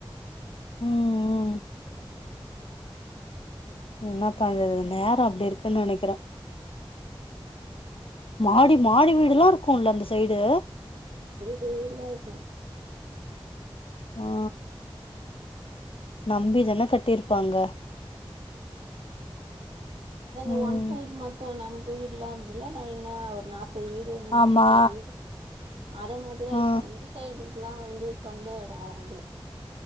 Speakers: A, on the left; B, on the right.
A: ம் ம் என்ன பண்றது நேரோ அப்டி இருக்குன் நெனக்கிறே மாடி மாடி வீடுல்லா இருக்குல்ல அந்த சைடு
B: ம் பெரிய பெரிய வீட்லா இருக்கு
A: ஆ ஆ நம்பிதான கட்டிருப்பாங்க
B: ம் இத அந்த
A: ம்
B: ஒன் சைட் மட்டு நம்ம வீட்லா இருக்ல லைனா ஒரு நாப்பது வீ டு நாப்பத்தி
A: ஆமா
B: ஆறு வீடு அத மட்டுதா
A: ஆ
B: இட்சா <unintelligible> ந்து இந் சைடுக்குலா வந்து சொந்த எடோ அவ்ங்ளதுல